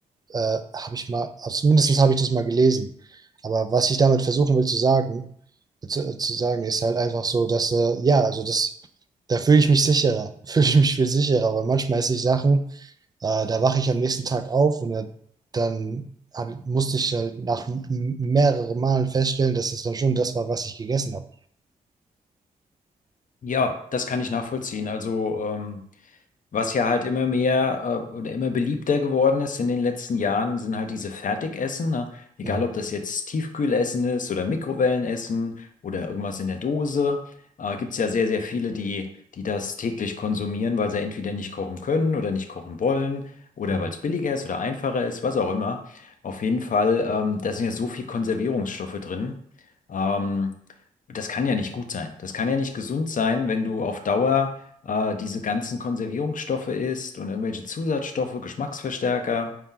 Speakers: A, on the right (about 25°); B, on the left (about 55°).
A: äh, habe ich mal, also zumindest habe ich das mal gelesen. Aber was ich damit versuchen will zu sagen, äh, zu, äh, zu sagen, ist halt einfach so, dass, äh, ja, also das da fühle ich mich sicherer, <laughs> fühle ich mich viel sicherer, weil manchmal esse ich Sachen, äh, da wache ich am nächsten Tag auf und dann dann hab, musste ich halt nach m- mehreren Malen feststellen, dass es dann schon das war, was ich gegessen habe.
B: Ja, das kann ich nachvollziehen. Also ähm, Was ja halt immer mehr äh, oder immer beliebter geworden ist in den letzten Jahren, sind halt diese Fertigessen. Ne? Egal,
A: Mhm.
B: ob das jetzt Tiefkühlessen ist oder Mikrowellenessen oder irgendwas in der Dose. Äh, gibt es ja sehr, sehr viele, die, die das täglich konsumieren, weil sie entweder nicht kochen können oder nicht kochen wollen oder
A: Mhm.
B: weil es billiger ist oder einfacher ist, was auch immer. Auf jeden Fall, ähm, da sind ja so viel Konservierungsstoffe drin. Ähm, das kann ja nicht gut sein. Das kann ja nicht gesund sein, wenn du auf Dauer äh, diese ganzen Konservierungsstoffe isst und irgendwelche Zusatzstoffe, Geschmacksverstärker.